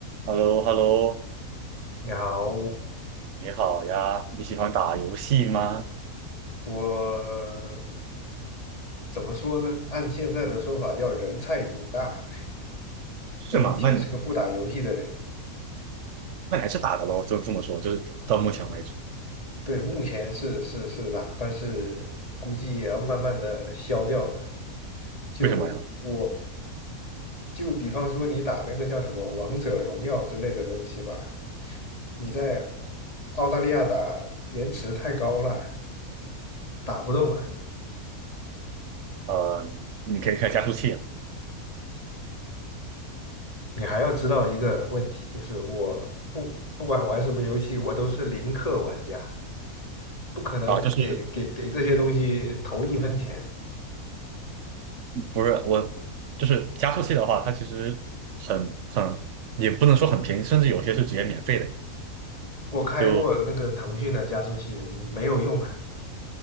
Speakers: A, on the right; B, on the left.
A: h e l l o h e l l o
B: 你好，
A: 你好呀，你喜欢打游戏吗？
B: 我怎么说呢？按现在的说法叫人菜瘾大。
A: 是吗？
B: 我以前是个不打游戏的人，
A: 那你那你还是打的喽，就这么说，就是到目前为止，
B: 对，目前是是是打，但是估计也要慢慢的消掉了。就我，
A: 为什么呀？
B: 就比方说你打那个叫什么《王者荣耀》之类的东西吧，你在澳大利亚打延迟太高了，打不动啊。
A: 呃，你可以开加速器了
B: 你还要知道一个问题，就是我不不管玩什么游戏，我都是零氪玩家，不可能给给给这些东西投一分钱。
A: 啊，就是不是我，就是加速器的话，它其实很很也不能说很便宜，甚至有些是直接免费的。
B: 我开过那个腾讯的加速器，
A: 就
B: 没有用啊。